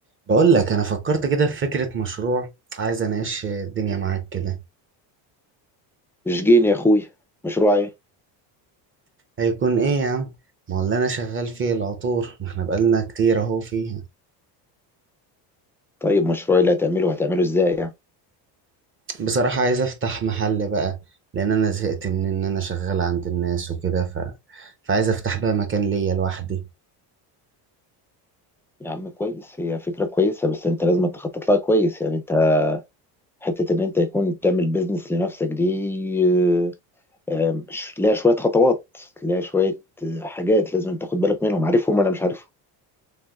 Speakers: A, on the right; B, in the centre.
A: بقول لك انا فكرت كده في فكرة مشروع عايز اناقش الدنيا معاك كده
B: جين يا اخويا مشروع ايه
A: هيكون ايه يا عم ما هو اللي انا شغال فيه العطور ما احنا بقالنا كتير اهو فيها
B: طيب مشروع اللي هتعمله هتعمله ازاي يعني
A: بصراحة عايز افتح محل بقى لان انا زهقت من ان انا شغال عند الناس وكده ف... فعايز افتح بقى مكان ليا لوحدي
B: يا عم كويس هي فكرة كويسة بس انت لازم تخطط لها كويس يعني انت حتة ان انت يكون تعمل بيزنس لنفسك دي آه، آه، ش- ليها شوية خطوات ليها شوية آه، حاجات لازم تاخد بالك منهم عارفهم ولا مش عارفهم